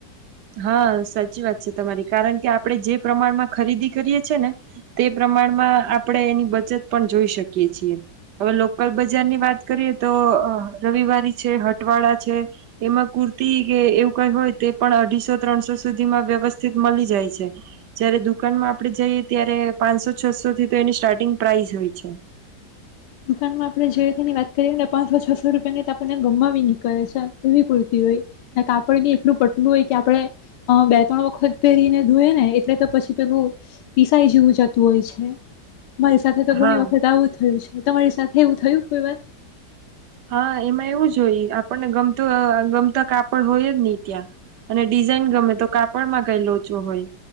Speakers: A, on the right; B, on the left.
A: હા સાચી વાત છે. તમારી કારણ કે આપણેે જે પ્રમાણમાં ખરીદી કરીએ છે. ને તે પ્રમાણમાં આપણેે એની બચત પણ જોઈ શકીએ છીએ હવે લોકલ બજાર ની વાત કરીએ તો રવિવારી છે. હટવાળા છે. એમાં કુર્તી કે એવું કઈ હોય તે પણ અઢી. સો ત્રણસો સુધીમાં વ્યવસ્થિત મળી જાય છે જયારે દુકાનમાં આપે જઈએ ત્યારે પાંચસો છસો થી તો એની સ્ટાર્ટિંગ પ્રાઈ શહોય છે.
B: દુકાનમાં આપણે જે રીતેની વાત કરીએ ને પાંચસો છસો રૂપિયાની આપણને ગમવી નીકળે છે એવી કુર્તી હોય ને કાપડ બી એટલું પટલું હોય કે આપણે બે ત્રણ વખત પહેરીને ધોય ને એટલે તો પછી પેલું પીસાઈ જેવું જતું હોય છે. મારી સાથે તો ઘણી
A: હા
B: વખત આવું થયું છે. તમારી સાથે એવું થયું કોઈ વાર
A: હા એમાં એવું જ હોય આપણને ગમતું ગમતા કાપડ હોય જ નહી ત્યાં અને ડિઝાઇન ગમે તો કાપડમાં કઈ લોચો હોય